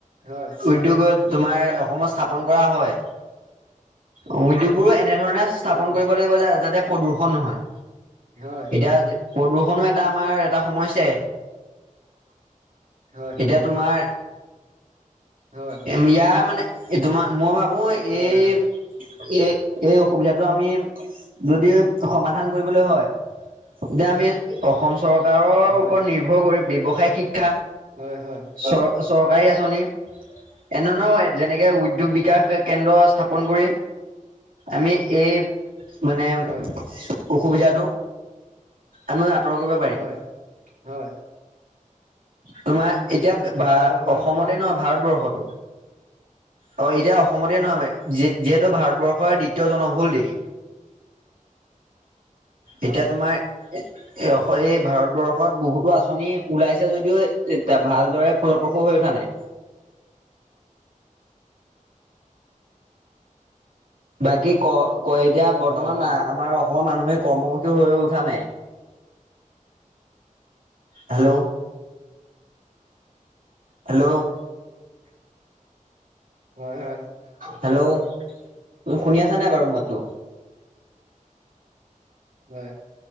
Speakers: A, on the right; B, on the right.
A: হয়
B: উদ্যোগত তোমাৰ অসমত স্থাপন কৰা হয়। উ উদ্যোগবোৰো এ এনেধৰণে স্থাপন
A: অ
B: কৰিব লাগিব যাতে প্ৰদূষণ নহয়।
A: হয়
B: এতিয়া প্ৰদূষণো এটা আমাৰ এটা সমস্যাই
A: হয় হয়
B: এতিয়া তোমাৰ
A: হয়
B: ইয়াৰ মানে এই তোমাৰ মই ভাবো। মই
A: হয়
B: এই
A: অ
B: এই এই অসুবিধাটো আমি যদি সমাধান কৰিবলৈ হয় তেতিয়া আমি অসম চৰ কাৰৰ
A: হয়
B: ওপৰত নিৰ্ভৰ কৰি ব্যৱসায়িক শিক্ষা।
A: হয় হয়
B: চৰ চৰকাৰী আঁচনি এনেণ যেনেকে উদ্যোগ বিকাশ কেন্দ্ৰ স্থাপন কৰি আমি এই মানে
A: হয়
B: অসুবিধাটো আমি আতৰ কৰিব পাৰিম
A: হয় হয়
B: তোমাৰ এতিয়া বা
A: হয় আকৌ এবাৰ
B: অসমতে
A: কোৱা
B: নহয় ভাৰতবৰ্ষতো অ এতিয়া অসমতে নহয় যিহেতু ভাৰতবৰ্ষৰ দ্বিতীয় জনবহুল দেশ। এতিয়া
A: হয়
B: তোমাৰ এ এই ভাৰতবৰ্ষত বহুতো আঁচনি ওলাইছে যদিও এতিয়া ভালদৰে ফলপ্ৰসূ হৈ উঠা নাই? বাকি ক ক এতিয়া বৰ্তমান
A: হয় হয়
B: আমাৰ অসমৰ মানুহে কৰ্মমুখী হৈ উঠা নাই হেল্ল' হেল্ল'
A: হয় হয়
B: হেল্ল' তু শুনি আছা নাই বাৰু মাতটো
A: হয়